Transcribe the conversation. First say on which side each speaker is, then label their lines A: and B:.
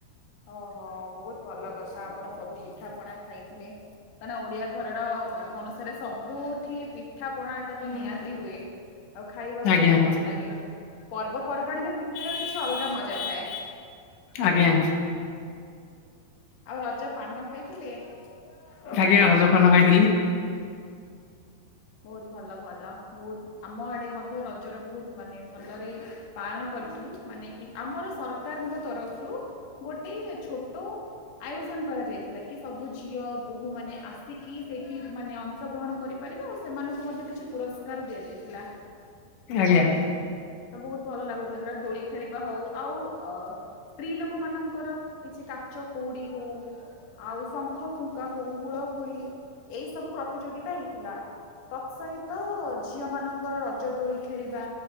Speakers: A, on the left; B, on the left.
A: ଓହୋ ବହୁତ ଭଲ କଥା ଆପଣ ସବୁ ପିଠା ପଣା ଖାଇଥିଲେ। କାଇଁ ନା ଓଡିଆ ଘରର ପର୍ବ ଅନୁସାରେ ସବୁଠି ପିଠା ପଣା ଏଟା ତ ନିହାତି ହୁଏ। ଆଉ ଖାଇବାକୁ
B: ଆଜ୍ଞା
A: ଗୋଟେ ଭଲ ଲାଗେ ପର୍ବପର୍ବାଣୀରେ ପିଠାର କିଛି ଅଲଗା ମଜା ଥାଏ।
B: ଆଜ୍ଞା।
A: ଆଉ ରଜ ପାନ ଖାଇଥିଲେ? ହଁ
B: ଆଜ୍ଞା ରଜପାନ ଖାଇଥିଲି
A: ବହୁତ ଭଲ ଭଲ ବହୁତ ଆମ ଆଡେ ମଧ୍ୟ ରଜର ବହୁତ ମାନେ ଭଲରେ ପାଳନ କରିଥିଲୁ ମାନେ କି ଆମର ସରକାରଙ୍କ ତରଫରୁ ଗୋଟେ ଛୋଟ ଆୟୋଜନ କରାଯାଇଥିଲା କି ସବୁ ଝିଅ ବୋହୂମାନେ ଆସିକି ସେଇଠି ମାନେ ଅଂଶଗ୍ରହଣ କରିପାରିବେ ଆଉ ସେମାନଙ୍କୁ ମଧ୍ୟ କିଛି ପୁରସ୍ କାର ଦିଆ ଯାଇଥିଲା।
B: ଆଜ୍ଞା।
A: ତ ବହୁତ ଭଲ ଲାଗୁଥିଲା କ ଦୋଳି ଖେଳିବା ହଉ ଆଉ ଅ ସ୍ତ୍ରୀ ଲୋକ ମାନଙ୍କ ଙ୍କର କିଛି କାଚ କଉଡି ହଉ ଆଉ ଶଙ୍ଖ ଫୁଙ୍କା ହଉ ହୁଳହୁଳି ଏଇ ସବୁ ପ୍ରତିଯୋଗିତା ହେଇଥିଲା। ତତ୍ ସହିତ ଝିଅ ମାନଙ୍କର ରଜ ଦୋଳି ଖେଳିବା।